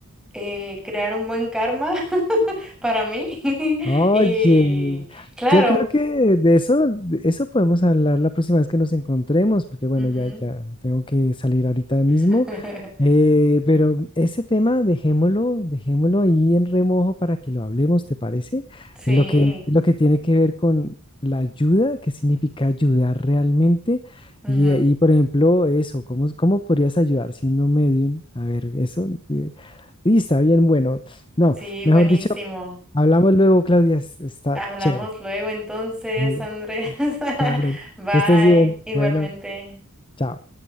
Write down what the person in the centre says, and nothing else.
eh, crear un buen karma <laughs> para mí. <laughs>
Y claro.
ujú.
<laughs>
Sí.
ujú.
Sí,
buenísimo.
Hablamos
luego entonces,
Andrés.
<laughs> Bye.
Igualmente.